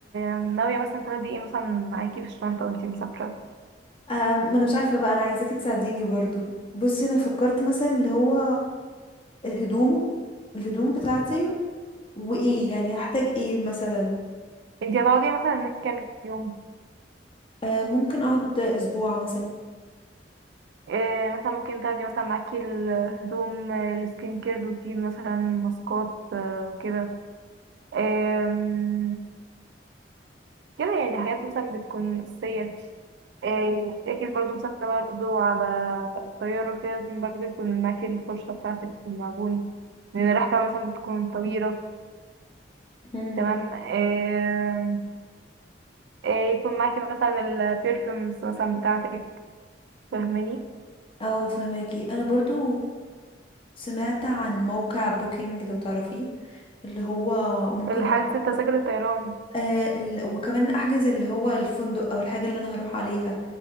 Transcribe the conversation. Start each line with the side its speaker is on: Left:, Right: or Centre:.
Right: آه، ناويه مثلا تاخدي ايه مثلا معاكي في الشنطه وانت مسافره
Left: أم، ما انا مش عارفة بقى انا عايزاكي تساعديني برضو بصي انا فكرت مثلا اللي هو الهدوم الهدوم بتاعتي وايه يعني هحتاج ايه مثلا
Right: انت هتقعدي مثلا هناك كام يوم
Left: أه، ممكن اقعد اسبوع مثلا
Right: إيه مثلا ممكن تاخدي مثلا معاكي الهدوم آه، السكين كير روتين مثلا ماسكات آه، وكده آم، كده يعني حاجات مثلا بتكون أساسية آه، أكيد برضو مسافرة برضو على الطيارة وكده لازم برضو يكون معاكي الفرشة بتاعتك والمعجون لأن الرحلة مثلا بتكون طويلة
Left: امم
Right: تمام آم، آه، يكون معاكي مثلا البرفيومز مثلا بتاعتك فاهماني
Left: اه فهماكي انا برضو سمعت عن موقع بوكينج لو تعرفيه اللي هو ممكن
Right: الحاجة
Left: أ-
Right: التذاكر الطيران
Left: آه ال... وكمان احجز اللي هو الفندق او الحاجة اللي انا هروح عليها